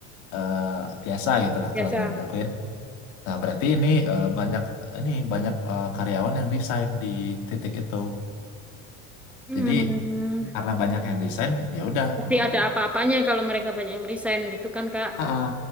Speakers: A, on the left; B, in the centre.
A: eh, biasa gitulah
B: biasa.
A: kalau menurut aku ya. Nah, berarti ini eh, banyak ini banyak eh, karyawan yang resign di titik itu.
B: Hmm.
A: Jadi karena banyak yang resign, ya udah.
B: Pasti
A: eh,
B: ada apa-apanya kalau mereka banyak yang resign gitu kan Kak.
A: ah, ah.